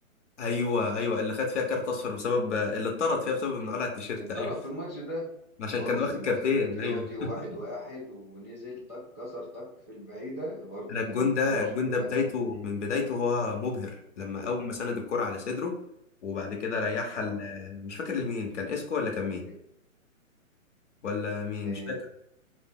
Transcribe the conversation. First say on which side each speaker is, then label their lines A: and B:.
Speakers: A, on the left; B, on the left.
A: ايوه ايوه اللي خد فيها كارت اصفر بسبب اللي اتطرد فيها بسبب انه قلع التيشيرت
B: اللي اتطرد
A: ايوه <laughs>
B: في الماتش ده
A: عشان
B: برضه
A: كان واخد
B: كان
A: كارتين
B: نازل احتياطي
A: ايوه
B: وواحد
A: <laughs>
B: واحد ونزل تك كسر تك في البعيدة برضه
A: انا الجون
B: كان بتوع
A: ده
B: برشلونة
A: الجون ده بدايته من بدايته هو مبهر لما
B: عالي
A: اول ما سند الكرة على صدره وبعد كده ريحها
B: اه
A: ل- مش فاكر لمين كان اسكو ولا كان مين
B: إيه
A: ولا مين
B: إيه،
A: مش فاكر